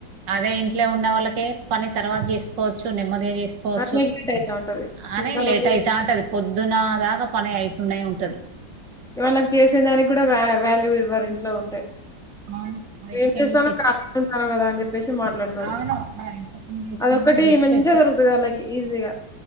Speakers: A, on the right (about 75°); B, in the centre.
A: అదే ఇంట్లో ఉన్న వాళ్ళకి పని తర్వాత జేసుకోవచ్చు నెమ్మదిగా జేసుకోవచ్చు
B: నెగ్లెక్ట్ అయితా ఉంటది మిగతా
A: అని లేట్
B: రోజు
A: అయితాంటది పొద్ ద్దున దాగా పని అయితూనే ఉంటది
B: వాళ్ళకి చేసే దానికి గండా వాల్యూ ఇవ్వరు ఇంట్లో ఉంటే
A: అవును. బయటికెళ్ళి
B: ఏం జేస్తాన్నం
A: చే
B: కాళీగా ఉంటాన్నం గదా అని జెప్పేసి మాట్లాడు తరు
A: అవును. మనం ఎంత పని జేసినా
B: అదొక్కటి
A: గాని రెస్పెక్ట్
B: మంచిగా దొరుకుతుది వాళ్ళకి ఈజీగా